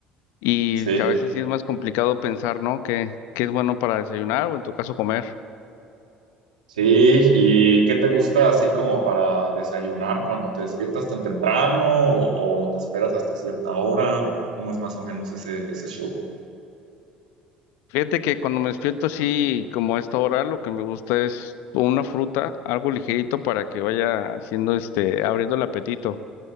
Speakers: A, on the left; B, on the right.
A: y
B: Sí,
A: a veces sí es más complicado pensar, ¿no? ¿Qué, qué es bueno para desayunar o en tu caso comer?
B: sí, ¿y qué te gusta así como para desayunar cuando te despiertas tan temprano o, o te esperas hasta cierta hora o cómo es más o menos ese, ese show?
A: Fíjate que cuando me despierto así como a esta hora, lo que me gusta es una fruta, algo ligerito para que vaya haciendo este, abriendo el apetito.